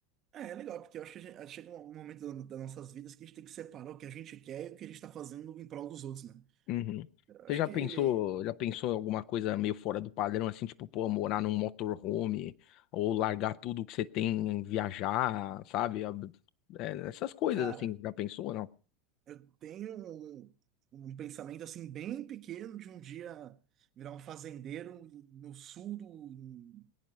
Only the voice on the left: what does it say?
Uhum.
Você já
pensou, já pensou em alguma coisa meio fora do padrão, assim, tipo, pô, morar num motorhome, ou largar tudo que você tem, viajar, sabe? Ab- é, essas coisas,
assim, já pensou, ou não?